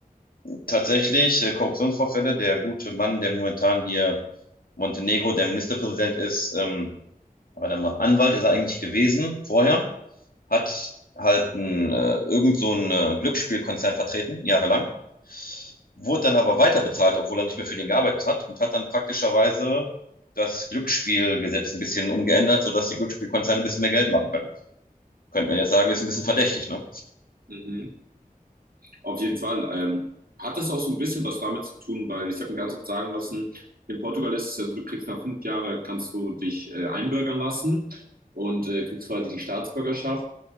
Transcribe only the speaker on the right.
Mhm. Auf jeden Fall. Ähm, hat das auch so ein bisschen was damit zu tun, weil ich habe mir ganz oft sagen lassen, in Portugal ist es ja so, du kriegst nach fünf Jahren, kannst du dich äh, einbürgern lassen und äh, kriegst quasi die Staatsbürgerschaft.